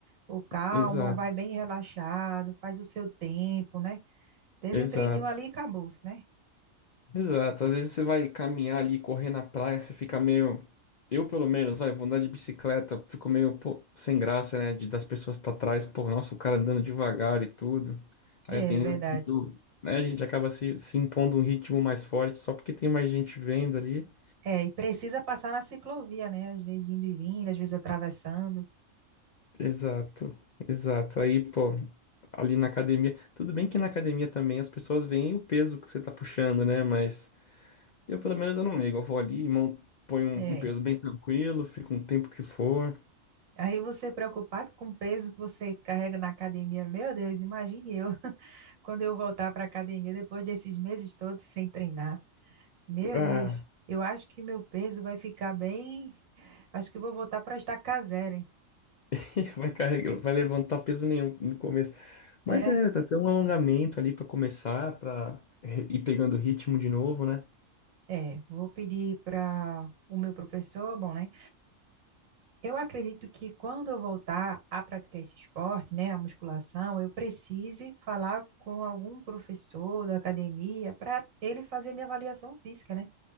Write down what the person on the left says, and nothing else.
Exato,
exato,
exato. Às vezes você vai caminhar ali, correr na praia, você fica meio. Eu, pelo menos, vai, vou andar de bicicleta, fico meio, pô, sem graça, né? De, das pessoas que tá atrás, pô, nossa, o cara andando devagar e tudo. Aí
eu tenho,
eu tento, né? A gente acaba se, se impondo um ritmo mais forte só porque tem mais gente vendo ali.
Exato, exato. Aí, pô, ali na academia, tudo bem que na academia também as pessoas veem o peso que você tá puxando, né? Mas eu, pelo menos, eu não ligo. Eu vou ali e mon- ponho um,
um peso bem tranquilo, fico um tempo que for.
Ah,
<laughs> vai carregar, vai levantar peso nenhum no começo. Mas
é, dá até um alongamento ali pra começar, pra re- ir pegando ritmo de novo, né?